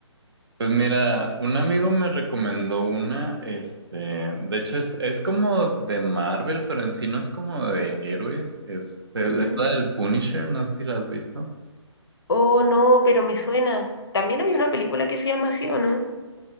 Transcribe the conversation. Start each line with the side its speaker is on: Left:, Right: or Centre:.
Right: Pues mira, un amigo me recomendó una, este, de hecho es, es como de Marvel, pero en sí no es como de héroes, es, es,
Left: Ujú.
Right: es la del Punisher, no sé si la has visto.
Left: Oh, no, pero me suena. También hay una película que se llama así, ¿o no?